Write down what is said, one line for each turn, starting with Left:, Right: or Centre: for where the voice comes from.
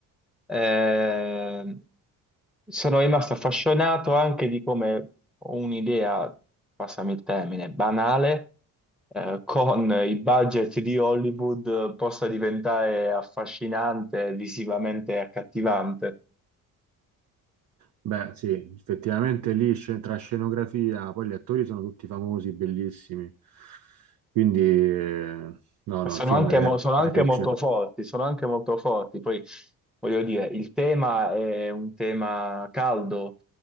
Centre: eh, sono rimasto affascinato anche di come un'idea, passami il termine, banale, eh, con i budget di Hollywood possa diventare affascinante, visivamente accattivante.
Right: Beh, sì, effettivamente lì sce- tra scenografia, poi gli attori sono tutti famosi, bellissimi. Quindi, eh, no, no,
Centre: Sono
Right: il film
Centre: anche,
Right: re-
Centre: mo- sono anche
Right: regge.
Centre: molto forti, sono anche molto forti. Poi voglio dire, il tema è un tema caldo,